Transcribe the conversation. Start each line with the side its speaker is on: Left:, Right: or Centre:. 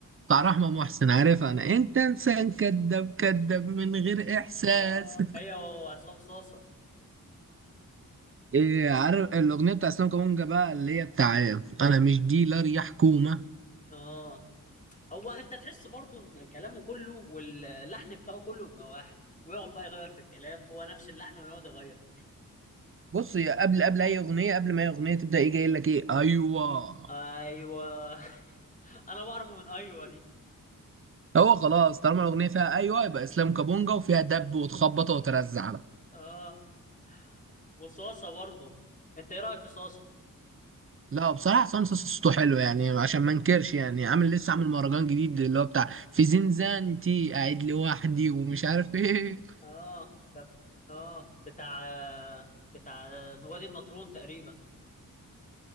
Right: بتاع رحمة محسن عارف انا انت انسان كذاب كذاب من غير احساس
Left: اه هي وعصام صاصة
Right: إيه عارف الأغنية بتاع اسلام كابونجا بقى اللي هي بتاع أنا مش ديلر يا حكومة
Left: اه هو أنت تحس برضو إن كلامه كله واللحن بتاعه كله بيبقى واحد ويقعد بقى يغير في الكلام هو نفس اللحن ويقعد يغير
Right: بص هي قبل قبل أي أغنية قبل ما أي أغنية تبدأ إيه جاي لك إيه أيوه
Left: أيوه <laughs> أنا بعرفه من أيوه دي
Right: هو خلاص طالما الأغنية فيها أيوه يبقى اسلام كابونجا وفيها دب وتخبط وترزع بقى
Left: اه وصاصة برضو أنت إيه رأيك في صاصة؟
Right: لا بصراحة حسام صاصا صوته حلو يعني عشان ما انكرش يعني عامل لسه عامل مهرجان جديد اللي هو بتاع في زنزانتي قاعد لوحدي ومش عارف ايه
Left: اه ده اه بتاع بتاع وادي النطرون تقريبا